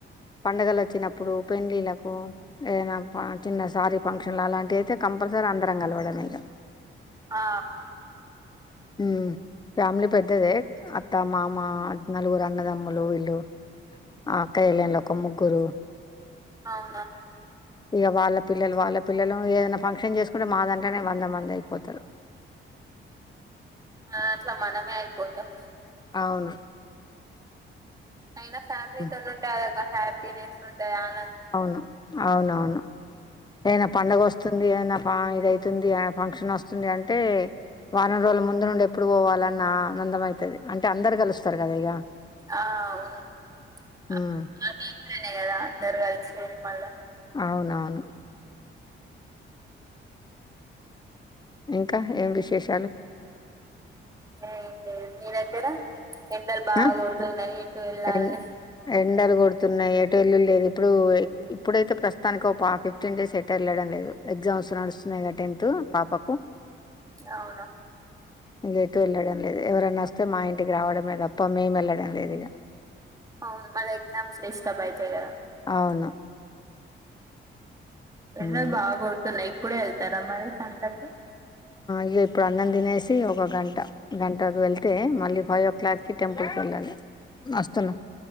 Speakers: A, on the left; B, on the right.
A: పండుగలచ్చినప్పుడు పెండ్లిలకు ఏదనా చిన్న సారి ఫంక్షన్లు అలాంటి అయితే కంపల్సరీ అందరం కలవడమే ఇగ
B: ఆ
A: హ్మ్ ఫ్యామి <unintelligible> పెద్దదే అత్త మామ నలుగురు అన్నదమ్ములు వీళ్ళు ఆక్కజెల్లెల్లోక ముగ్గురు
B: అవునా
A: ఇగ వాళ్ళ పిల్లలు వాళ్ళ పిల్లలు ఏదనా ఫంక్షన్ చేసుకుంటే మాదంటనే వంద మంది అయిపోతరు
B: ఆ అట్లా మనమే అయిపోతం
A: అవును
B: అయినా ఫ్యామిలీతో
A: ఉమ్,
B: నుంటే అదొ అ హ్యాపీనెస్ ఉంటదా అని
A: అవును అవునవును ఎదైనా పండగ వస్తుంది ఏదన్న ప ఇదయితుంది ఫంక్షన్ వస్తుందీ అంటే వారం రోజుల ముందు నుండి ఎప్పుడు పోవాలన్న ఆనందం అయితది అంటే అందరు కలుస్తరు కదా ఇగ
B: ఆ అవును <unintelligible>
A: ఉమ్
B: గదా అందరు గల్ ఇది మల్ల
A: అవునవును ఇంకా ఏం విశేషం
B: ఏం లేదు మీర్ పరా ఎండల్ బాగా
A: ఆ
B: గొడుతున్నై ఎటు వెళ్లాలనిలేదు
A: ఎన్ ఎండలు గొడుతున్నయి ఎటువల్ లేదు ఇప్పుడు ఇప్పుడైతే ప్రస్తుతానికి ఒక ఫిఫ్టీన్ డేస్ ఎటు వెళ్ళడం లేదు ఎగ్జామ్స్ నడుస్తున్నాయి కదా టెన్త్ పాపకు
B: అవునా
A: <unintelligible> ఎటు వెళ్ళడం లేదు ఎవరనా వస్తే మా ఇంటికి రావడమే త ప్ప మే మల్లడంలేదిగ
B: అవును మల్ ఎగసామ్స్ డిస్టర్బ్ అయితయి గదా
A: అవును
B: ఎండలు
A: ఉమ్.
B: బాగా గొడుతున్నయి ఇప్పుడు వెళ్తారా మరి సంతకు
A: ఇ ఇప్పుడు అన్నం తినేసి ఒక గంట గంటకు వెళ్తే మళ్ళీ ఫైవ్ ఓ క్లాక్కిి టెంపుల్కి వెళ్ళాలి వస్తున్నా